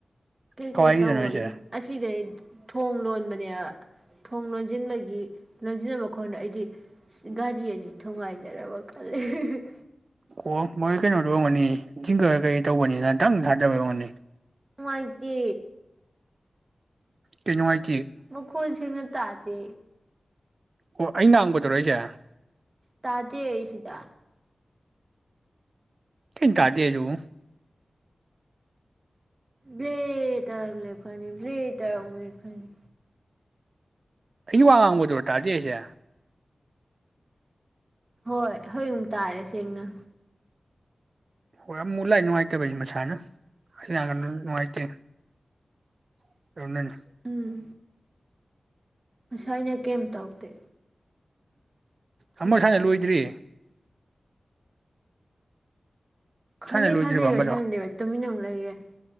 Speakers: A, on the right (about 30°); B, on the right (about 55°).
A: ꯀꯩ
B: ꯀꯋꯥꯏꯒꯤꯗꯅꯣ
A: ꯀꯩ ꯇꯧꯕꯒꯤ
B: ꯍꯥꯏꯁꯦ
A: ꯑꯁꯤꯗꯩ ꯊꯣꯡ ꯂꯣꯟꯕꯅꯦꯕ ꯊꯣꯡ ꯂꯣꯟꯖꯤꯟꯕꯒꯤ ꯂꯣꯟꯖꯤꯟꯅꯕ ꯃꯈꯣꯟꯗꯣ ꯑꯩꯗꯤ ꯏꯁ ꯒꯥꯔꯤ ꯑꯅꯤ ꯊꯣꯝꯒꯥꯏꯅꯔꯕ ꯈꯜꯂꯦ ꯑ ꯍꯤ-ꯍꯤ-
B: ꯑꯣ ꯃꯣꯏ ꯀꯩꯅꯣꯗꯣ ꯑꯣꯏꯔꯃꯒꯅꯤ ꯖꯤꯡꯒ ꯀꯩ ꯀꯩ ꯇꯧꯕꯅꯤꯅ ꯗꯪ ꯊꯥꯗꯕꯩ ꯑꯣꯏꯔꯝꯒꯅꯤ
A: ꯅꯨꯡꯉꯥꯏꯇꯦ
B: ꯀꯩ ꯅꯨꯡꯉꯥꯏ
A: ꯃꯈꯣꯟꯁꯦꯡꯅ ꯇꯥꯗꯦ
B: ꯑꯣ ꯑꯩ ꯉꯥꯡꯕꯗꯨꯔꯣ ꯍꯥꯏꯖꯦ
A: ꯇꯥꯗꯦ ꯑꯩꯁꯤꯗ
B: ꯀꯩꯟ ꯇꯥꯗꯦ ꯍꯥꯏꯖꯤꯕꯨ
A: ꯕ꯭ꯂꯦ ꯇꯧꯔ ꯑꯃꯨꯛ ꯂꯦꯞꯈ꯭ꯔꯅꯤ ꯕ꯭ꯂꯦ ꯇꯧꯔ ꯑꯃꯨꯛ ꯂꯦꯞꯈ꯭ꯔꯅꯤ
B: ꯑꯩꯅ ꯋꯥ ꯉꯥꯡꯕꯗꯨꯔ ꯇꯥꯗꯦ ꯑꯩꯁꯦ
A: ꯍꯣꯏ ꯍꯣꯏꯨꯛ ꯇꯥꯔꯦ ꯁꯦꯡꯅ
B: ꯍꯣꯏ ꯑꯃꯨꯛ ꯂꯥꯏ ꯅꯨꯡꯉꯥꯏꯇꯦꯕꯩ ꯃꯁꯥꯅ ꯅꯨꯡꯉꯥꯏꯇꯦ ꯍ
A: ꯎꯝ ꯑꯁ ꯑꯩꯅ ꯀꯩꯝ ꯇꯧꯗꯦ
B: ꯎꯝ
A: ꯍꯧꯖꯤꯛꯅ
B: ꯊ ꯁꯅ ꯂꯣꯏꯗ꯭ꯔꯤ
A: ꯑꯃꯨꯛ ꯈꯪꯗꯦ
B: ꯁꯥꯟꯅ ꯂꯣꯏꯗ꯭ꯔꯤꯕ
A: ꯁꯥꯟꯅꯩꯔ
B: ꯑꯃꯗꯣ
A: ꯁꯥꯟꯅꯗꯔ ꯇꯨꯃꯤꯟꯅ ꯑꯃꯨꯛ ꯂꯩꯔꯦ